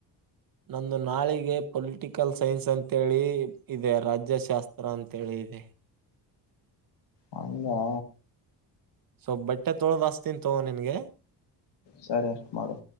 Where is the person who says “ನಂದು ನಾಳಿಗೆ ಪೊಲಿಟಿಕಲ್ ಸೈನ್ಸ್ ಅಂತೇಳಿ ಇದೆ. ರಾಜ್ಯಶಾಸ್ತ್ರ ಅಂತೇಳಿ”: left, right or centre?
Right